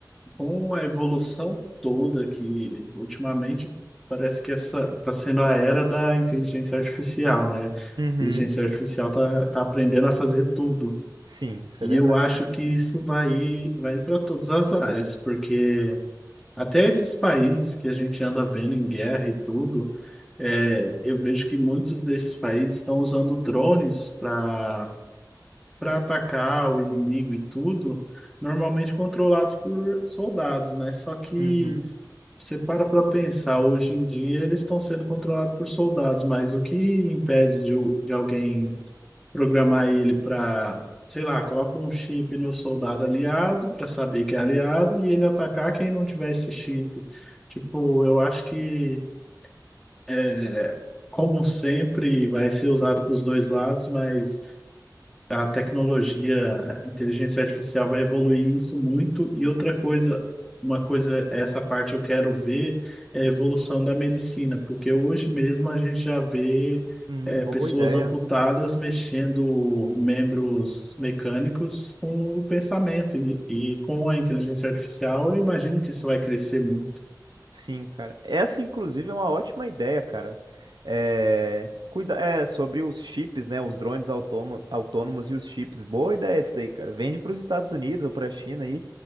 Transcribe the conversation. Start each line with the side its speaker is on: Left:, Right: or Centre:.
Centre: com a evolução toda que ultimamente parece que essa está sendo a era da inteligência artificial, né? A
Right: Uhum.
Centre: inteligência artificial tá, tá aprendendo a fazer tudo.
Right: Sim, isso
Centre: E
Right: é verdade.
Centre: eu acho que isso vai, vai para todas as áreas, porque Até esses países que a gente anda vendo em guerra e tudo, é, eu vejo que muitos desses países estão usando drones para para atacar o inimigo e tudo, normalmente controlados por soldados, né? Só que
Right: Uhum.
Centre: você para para pensar, hoje em dia eles estão sendo controlados por soldados, mas o que impede de, o- de alguém programar ele para, sei lá, coloca um chip no soldado aliado para saber que é aliado e ele atacar quem não tiver esse chip. Tipo, eu acho que, é, como sempre, vai ser usado para os dois lados, mas a tecnologia, a inteligência artificial vai evoluir isso muito. E outra coisa, uma coisa, essa parte eu quero ver é a evolução da medicina, porque hoje mesmo a gente já vê
Right: Hum,
Centre: é,
Right: boa
Centre: pessoas
Right: ideia.
Centre: amputadas mexendo membros mecânicos com o pensamento e, e com a inteligência artificial, eu imagino que isso vai crescer muito.
Right: Sim, cara. Essa, inclusive, é uma ótima ideia, cara. É... Cuida... é sobre os chips, né? Os drones autôma- autônomos e os chips. Boa ideia isso daí, cara. Vende para os Estados Unidos ou para a China aí.